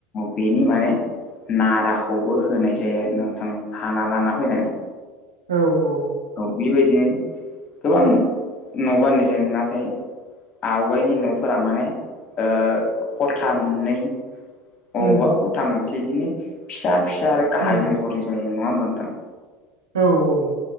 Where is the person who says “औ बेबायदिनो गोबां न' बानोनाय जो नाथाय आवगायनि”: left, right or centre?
Left